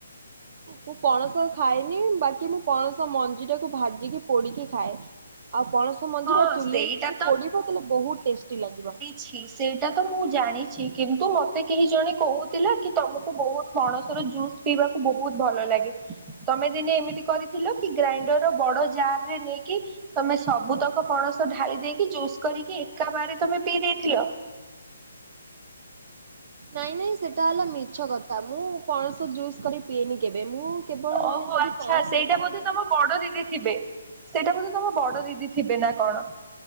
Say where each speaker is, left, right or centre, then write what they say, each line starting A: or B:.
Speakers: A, on the right; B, on the right.
A: ମୁଁ ପଣସ ଖାଏନି ବାକି ମୁଁ ପଣସ ମଞ୍ଜି ଟାକୁ ଭାଜିକି ପୋଡିକି ଖାଏ। ଆଉ ପଣସ ମଞ୍ଜିଟା
B: ହଁ
A: ଚୁଲିରେ
B: ସେଇଟା
A: ଯଦି ପୋଡିବ ତାହେଲେ ବହୁତ ଟେଷ୍ଟି ଲାଗିବ।
B: ଛି ସେଇଟା ତ ମୁଁ ଜାଣିଚି କିନ୍ତୁ ମତେ କେହି ଜଣେ କହୁଥିଲା କି ତମକୁ ବହୁତ ପଣସ ର ଜୁସ୍ ପିଇବାକୁ ବହୁତ ଭଲ ଲାଗେ। ତମେ ଦିନେ ଏମିତି କରିଥିଲ କି ଗ୍ରାଇଣ୍ଡର ବଡ ଜାର ରେ ନେଇକି ତମେ ସବୁ ତକ ମ ପଣସ ଢାଳି ଦେଇକି ଜୁସ୍ କରିକି ଏକା ବାରରେ ତମେ ପିଇ ଦେଇଥିଲ।
A: ନାଇଁ ନାଇଁ ସେଟା ହେଲା ମିଛ କଥା ମୁଁ ପଣସ ଜୁସ୍ କରି ପିଏନି କେବେ ମୁଁ କେବଳ ମାନେ
B: ଓହୋ
A: ଯଦି
B: ଆଚ୍ଛା
A: ପଣସ
B: ସେଇଟା
A: ଥାଏ
B: ବୋଧେ
A: ଯଦି
B: ତମ ବଡ ଦିଦି ଥିବେ ସେଟା ବୋଧେ ତମ ବଡ ଦିଦି ଥିବେ ନା କଣ?